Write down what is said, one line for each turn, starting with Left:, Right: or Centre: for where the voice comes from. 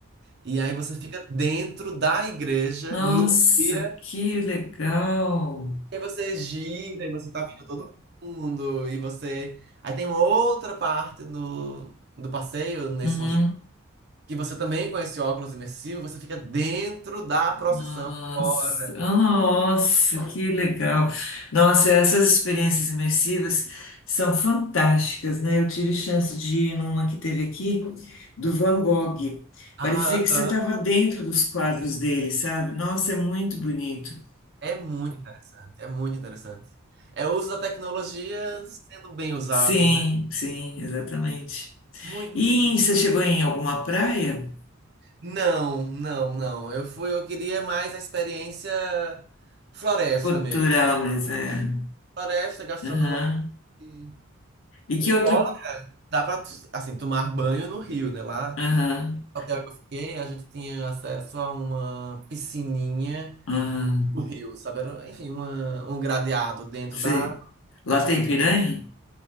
Right: e aí você fica dentro da igreja
Left: Nossa,
Right: num dia.
Left: que legal.
Right: E aí você gira e você tá vendo todo mundo e você. Aí tem uma outra parte do, do passeio nesse
Left: Uhum.
Right: museu que você também com esse óculos imersivo, você fica dentro da procissão
Left: Nossa,
Right: fora.
Left: oh, nossa, que legal. Nossa, essas experiências imersivas são fantásticas, né? Eu tive chance de ir numa que teve aqui, do Van Gogh. Parecia
Right: Aham.
Left: que você estava dentro dos quadros dele, sabe? Nossa, é muito bonito.
Right: É muito interessante, é muito interessante. É o uso da tecnologia sendo bem usado,
Left: Sim,
Right: né?
Left: sim, exatamente.
Right: Muito,
Left: E
Right: muito.
Left: você chegou em alguma praia?
Right: Não, não, não. Eu fui, eu queria mais a experiência floresta
Left: Cultural,
Right: mesmo.
Left: mas é.
Right: Floresta, gastronômica.
Left: Aham.
Right: e-
Left: E que
Right: Embora
Left: outro.
Right: dá para assim tomar banho no rio, né? Lá
Left: Aham.
Right: no hotel que eu fiquei, a gente tinha acesso a uma piscininha
Left: Aham.
Right: no rio, sabe? Era, enfim, uma, um gradeado dentro
Left: Sei.
Right: da água.
Left: Lá tem piranha?